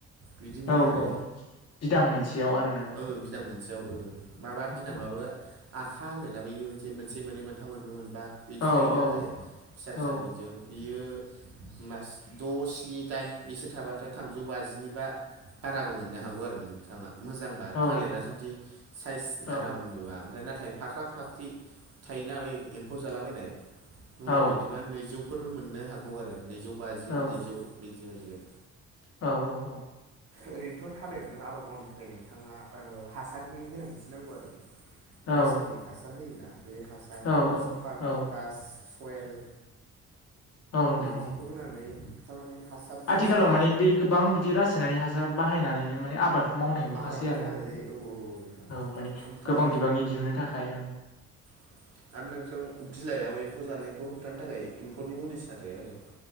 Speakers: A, on the right; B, on the left.
A: बिदि मोनो
B: औ
A: आरो
B: औ बिदां मोनसेयाव आरोना नोंथां
A: ओ ओ बिदां मोनस याव ओ माबा बिदांबाबो
B: औ
A: आखा होनोना बैयो मोन मोनसे, मोननै, मोनथाम, मोनब्रै, मोनबा बिदि
B: औ
A: थायो नालाय
B: औ
A: फिसा फिसा
B: औ
A: बिजों बियो मास द' स्नि दाइन बिसोर थाबाथाय थामजौ बाजिनि बा बाराबो मोननो हागौ आरो नोंथाङा मोजां बा
B: औ
A: थालिरा
B: नोंथां
A: जुदि साइस
B: औ
A: आराम नुबा ओमफ्राय नाथाय फाख्रा फाख्रि थायोना बै एम्फौ जालाबायनाय <unintelligible>
B: औ
A: बिदिबा नैजौ फोर मोननो हागौ आरो नैजौ बाजि
B: औ
A: नैजौ बिदि मोनगोन।
B: औ औ औ
A: ओरैनोथ' थालिरनो आबाद मावनो थाखाय नोंथाङा ओ हासारनि गोनां <unintelligible> नांगौ आरो रासायनिक
B: औ
A: हासार होयोना, बे हासा
B: औ
A: <unintelligible> सुपार,
B: औ
A: पटास, सयेल
B: औ नोंथां
A: बिदिखौ
B: औ
A: होनानै थारमाने हासारजोंसो
B: आथिखालाव माने बे गोबां बिदि रासायनारि हासार बाहायनानैनो माने आबाद खौ मावनाय नुखासै
A: आबादखौ
B: आरोना
A: मावनाय
B: नोंथां
A: जायो औ औ नोंथां
B: औ माने
A: ओमफ्राय
B: गोबां बिबांनि दिहुननो थाखाय औ
A: <inaudible> आरो नोंथां बिलाइयाव एम्फौ जानायखौ होबथानो थाखाय एम्फौनि मुलि सारजायो आरो